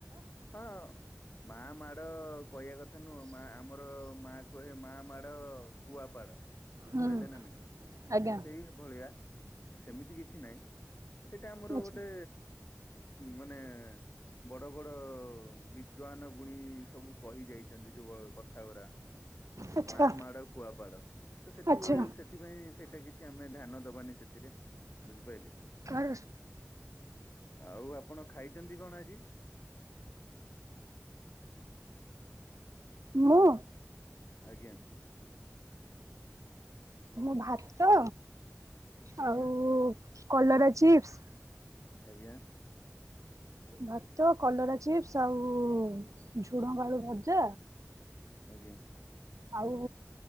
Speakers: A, on the left (about 45°); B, on the right (about 85°).
A: ହଁ ମା ମାଡ କହିବା କଥା ନୁହଁ ମା ଆମର। ମା କହେ ମା ମାଡ କୁଆପାଡ ବୁଝିପାରିଲେ
B: ହୁଁ
A: ନା ନାଇଁ
B: ଆଜ୍ଞା
A: ତ ସେଇ ସେଇଆ ସେମିତି କିଛି ନହିଁ ସେଇଟା ଆମର
B: ଆଚ୍ଛା
A: ଗୋଟେ। ମାନେ ବଡ ବଡ। ବିଦ୍ଵନ ଗୁଣି ସବୁ କହି ଯାଇଛନ୍ତି ଯୋଉ କଥା ଗୁରା।
B: ଆଚ୍ଛା
A: ମା ମାଡ କୁଆପାଡ ତ ସେଥିପାଇ
B: ଆଚ୍ଛା
A: ସେଥିପାଇଁ ସେଇଟା କିଛି ଆମ। ଆମେ ଧ୍ୟାନ ଦବାନି ସେଥିରେ ବୁଝିପାଇ ଲେ।
B: କାର
A: ଆଉ ଆପଣ ଖାଇଛନ୍ତି କଣ ଆଜି। ହ୍ୟାଲୋ
B: ମୁଁ।
A: ଆଜ୍ଞା
B: ମୁଁ ଭାତ
A: ଆଜ୍ଞା
B: ଆଉ କଲରା ଚିପ୍ସ।
A: ଆଜ୍ଞା।
B: ଭାତ କଲରା ଚିପ୍ସ ଆଉ ଝୁଣଙ୍ଗ ଆଳୁ ଭଜା।
A: ଆଜ୍ଞା।
B: ଆଉ